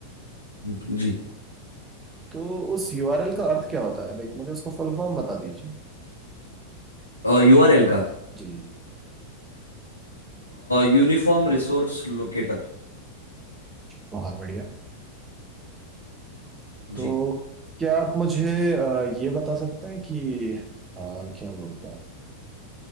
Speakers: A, on the left; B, on the right.
A: हम्म, जी
B: तो उस यूआरएल का अर्थ क्या होता है लाइक मुझे उसका फुल फॉर्म बता दीजिए
A: यूआरएल का
B: जी जी
A: Uniform resource locator
B: बहुत बढ़िया
A: जी
B: तो क्या आप मुझे आ, ये बता सकते हैं कि आ, क्या बोलते हैं